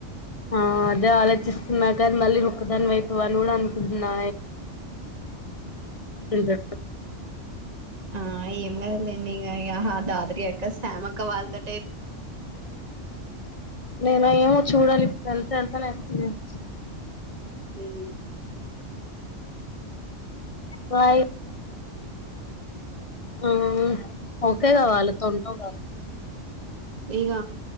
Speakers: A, on the left; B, on the right.
A: ఆ అదే ఆలోచిస్తున్న కానీ మళ్ళీ నువ్వు ఒక్కదాన్నివైతవు అని కూడా అనుకుంటున్నా <unintelligible>
B: ఆ ఏం కాదు లేండి యహా దాదతీ అక్కస్ సామ్ అంకుల్వాలతో
A: నేను ఎమ్ చూడాలి ఇప్పుడు వెళ్తే వెళ్త లేకపోతే లేదు.
B: ఉ
A: వైయ్ హు ఓకేగా వాళ్ళతో ఉంటావుగా.
B: ఇగ